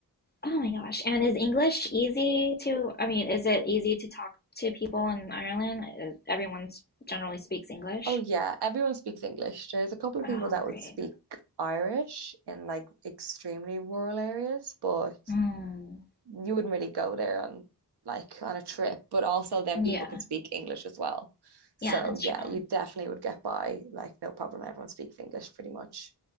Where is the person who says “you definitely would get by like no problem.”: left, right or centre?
Right